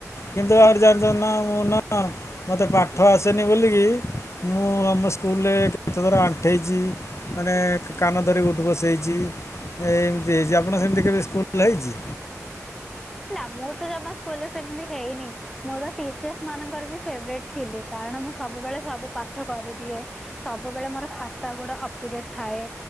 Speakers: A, on the left; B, in the centre.
A: କିନ୍ତୁ ଆମର ଏଠି ଜନ୍ ନିଜ ନାଁ ମୋ ନାଁ ମତେ ପାଠ ଆସେନି ବୋଲିକି। ମୁଁ ଆମ ସ୍କୁଲ୍ ରେ କେତଥର ଆଣ୍ଠେଇଛି ମାନେ କାନ ଧରି ଉ ଉଠ୍ ବସ୍ ହେଇଚି ଏ ଏମ୍ତି ହେଇଚି ଆପଣ ସେମ୍ତି କେବେ ସ୍କୁଲ୍ ରେ ହେଇଚି?
B: ନା ମୁଁ ତ ଜମା ସ୍କୁଲ୍ ରେ ସେମିତି ହେଇନେଇଁ। ମୋର ପା ଟିଚର୍ସ ମାନଙ୍କର ବି ଫେବ୍ରେଟ ଥିଲି କାରଣ ମୁଁ ସବୁବେଳେ ସବୁ ପାଠ କରିଦିଏ। ସବୁବେଳେ ମୋର ଖାତା ଗୁଡା ଅପ୍ଟୁଡେଟ୍ ଥାଏ।